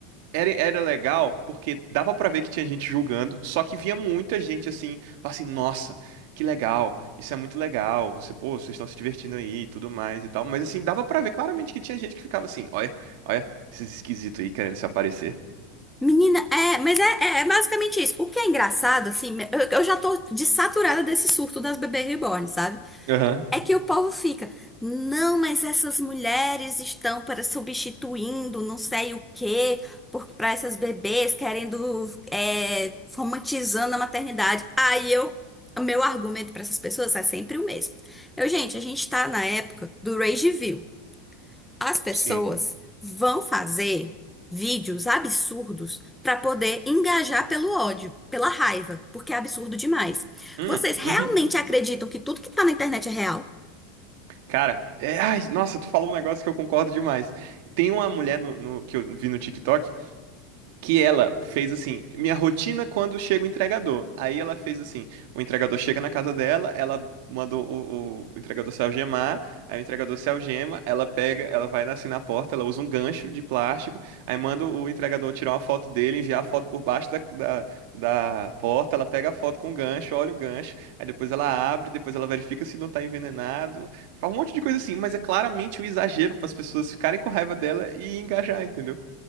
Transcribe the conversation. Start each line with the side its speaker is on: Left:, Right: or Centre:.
Right: era, era legal porque dava pra ver que tinha gente julgando, só que via muita gente assim, falava assim, nossa, que legal, isso é muito legal, você, pô, vocês estão se divertindo aí e tudo mais e tal, mas assim, dava pra ver claramente que tinha gente que ficava assim, olha, olha, esses esquisitos aí querendo se aparecer.
Centre: Menina, é, mas é, é- é basicamente isso. O que é engraçado, assim, eu, eu já tô desaturada desse surto das bebês reborn, sabe?
Right: Aham,
Centre: É que o povo fica, não, mas essas mulheres estão para substituindo não sei o quê, por, para essas bebês querendo, é, romantizando a maternidade. Aí eu, o meu argumento para essas pessoas é sempre o mesmo. Eu, gente, a gente tá na época do rage view As pessoas
Right: sim.
Centre: vão fazer vídeos absurdos para poder engajar pelo ódio, pela raiva, porque é absurdo demais.
Right: Hum,
Centre: Vocês realmente
Right: uhum.
Centre: acreditam que tudo que tá na internet é real?
Right: Cara, é, ai, nossa, tu falou um negócio que eu concordo demais. Tem uma mulher no, no- que eu vi no TikTok que ela fez assim, minha rotina quando chega o entregador. Aí ela fez assim, o entregador chega na casa dela, ela mandou o, o- o entregador se algemar, aí o entregador se algema, ela pega, ela vai assim na porta, ela usa um gancho de plástico, aí manda o entregador tirar uma foto dele, enviar a foto por baixo da, da, da porta, ela pega a foto com o gancho, olha o gancho, aí depois ela abre, depois ela verifica se não tá envenenado, faz um monte de coisa assim, mas é claramente um exagero para as pessoas ficarem com raiva dela e engajar, entendeu?